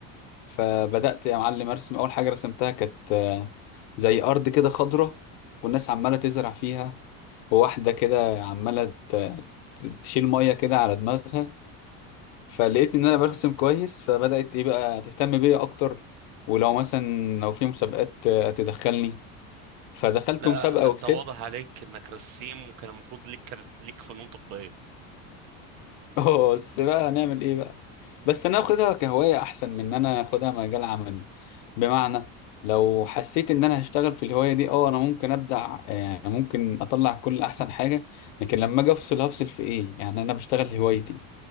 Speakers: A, on the left; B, on the right.
A: فبدأت يا معلم أرسم أول حاجة رسمتها كانت آه، زي أرض كده خضرة والناس عمالة تزرع فيها وواحدة كده عمالة ت- ت- تشيل مية كده على دماغها فلقيت إن أنا برسم كويس فبدأت إيه بقى تهتم بيا أكتر ولو مثلا لو في مسابقات آه، تدخلني فدخلت
B: لا
A: مسابقة
B: انت
A: وكسبت
B: واضح عليك انك رسيم وكان المفروض ليك كانت ليك فنون تطبيقيه
A: <laughs> بس بقى هنعمل إيه بقى بس انا اخدها كهواية احسن من ان انا اخدها مجال عملي بمعنى لو حسيت ان انا هشتغل في الهواية دي اه انا ممكن ابدع يعني ممكن اطلع كل احسن حاجة لكن لما اجي افصل هفصل في ايه يعني انا بشتغل هوايتي